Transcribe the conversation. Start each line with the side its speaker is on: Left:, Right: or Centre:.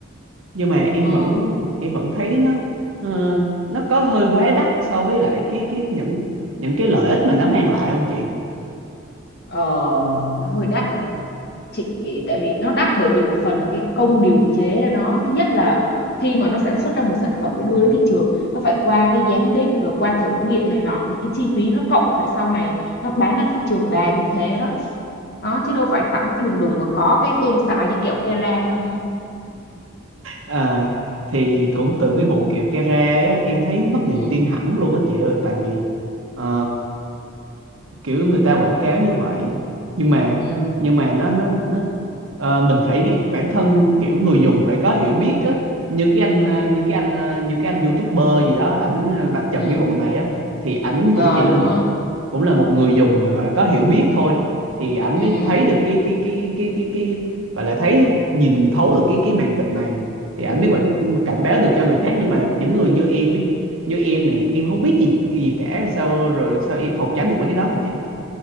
Right: nhưng mà em
Left: Ờ,
Right: vẫn em vẫn thấy nó ờ, nó có hơi quá đắt so với lại cái cái những những cái lợi ích mà nó mang lại không chị
Left: ờ, nó hơi đắt hả? chị nghĩ tại vì nó đắt bởi vì một phần là cái công điều chế nó thứ nhất là khi mà nó sản xuất ra một sản phẩm để đưa đến thị trường nó phải qua cái giám định rồi qua thử nghiệm này nọ thì cái chi phí nó cộng để sau này nó bán ra thị trường là như thế đó đó chứ đâu phải sẵn cái đùng đùng mà có cái kem xài như kẹo Kera đâu
Right: à, thì cũng từ cái vụ kiểu Kera á, em thấy mất
Left: ừ
Right: niềm tin hẳn luôn á chị ơi tại vì ờ, kiểu người ta quảng cáo như vậy nhưng mà
Left: ừ
Right: nhưng mà nó nó nó ờ, mình phải bản thân kiểu người dùng phải có hiểu biết á như cái anh
Left: ừ
Right: ờ, như cái anh ờ, như cái anh YouTuber gì đó ảnh ờ, vạch trần
Left: ừ
Right: cái vụ này á thì ảnh cũng
Left: ờ
Right: chỉ là
Left: đúng
Right: một
Left: rồi
Right: cũng là một người dùng mà gọi là có hiểu biết thôi thì ảnh
Left: ừ
Right: mới thấy được cái cái cái cái cái cái và lại thấy nhìn thấu được cái cái màn kịch này thì ảnh mới quảng- cảnh báo được cho người khác nhưng mà những người như em với như em nè em không biết gì gì cả sao rồi sao em phòng tránh được mấy cái đó hả chị